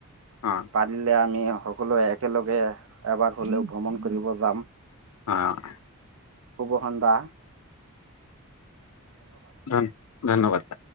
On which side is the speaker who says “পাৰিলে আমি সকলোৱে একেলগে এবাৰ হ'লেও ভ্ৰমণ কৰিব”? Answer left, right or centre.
Right